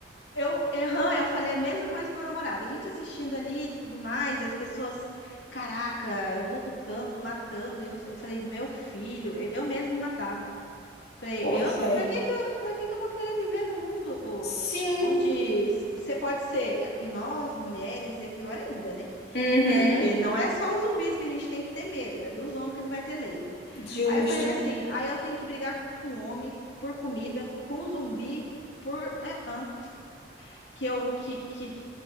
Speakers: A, on the left; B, on the left.
A: Eu, aham, eu falei a mesma coisa pro meu namorado. A gente assistindo ali e tudo mais, e as pessoas, caraca, lutando, matando, e não sei. Eu falei, meu filho, eu mesmo me matava. Falei,
B: Pois
A: eu não,
B: é.
A: pra que que eu, pra que que eu vou querer viver no mundo
B: Sim.
A: onde você pode ser, e nós, mulheres, é pior ainda, né?
B: Uhum.
A: Porque não é só os zumbis que a gente tem que ter medo, é dos homens que não vai ter lei.
B: Justo.
A: Aí eu falei, mas assim, aí eu tenho que brigar com o homem por comida, com o zumbi por. é, hã? que eu que, que,